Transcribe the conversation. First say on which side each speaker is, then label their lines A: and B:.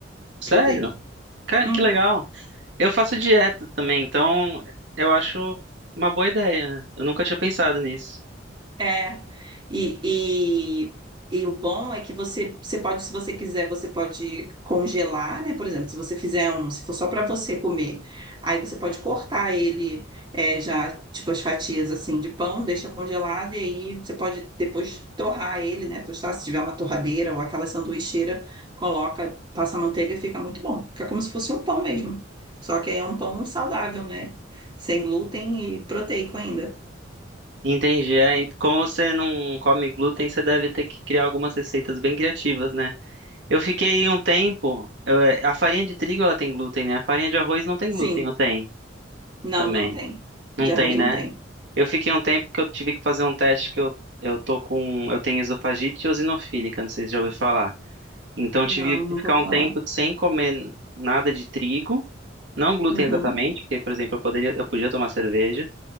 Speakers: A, on the right (about 65°); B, on the right (about 25°).
A: Sério?
B: proteico.
A: Cara,
B: Uhum.
A: que legal. Eu faço dieta também, então eu acho uma boa ideia. Eu nunca tinha pensado nisso.
B: É, e, e, e o bom é que você, você pode, se você quiser, você pode congelar, né? Por exemplo, se você fizer um, se for só para você comer, aí você pode cortar ele, é, já, tipo, as fatias assim de pão, deixa congelado, e aí você pode depois torrar ele, né? Tostar, se tiver uma torradeira ou aquela sanduicheira, coloca, passa manteiga e fica muito bom. Fica como se fosse um pão mesmo. Só que aí é um pão saudável, né? Sem glúten e proteico ainda.
A: Entendi. É, ent- como você não come glúten, você deve ter que criar algumas receitas bem criativas, né? Eu fiquei um tempo. eu, é, a farinha de trigo ela tem glúten, né? A farinha de arroz não tem
B: Sim.
A: glúten, ou tem
B: Não,
A: também?
B: não tem.
A: Não
B: De
A: tem,
B: arroz
A: né?
B: não tem.
A: Eu fiquei um tempo que eu tive que fazer um teste que eu, eu tô com. Eu tenho esofagite eosinofílica, não sei se já ouviu falar. Então eu
B: Não,
A: tive que
B: nunca
A: ficar
B: ouvi
A: um
B: falar.
A: tempo sem comer nada de trigo, não glúten
B: Uhum,
A: exatamente, porque, por exemplo, eu poderia, eu podia tomar cerveja,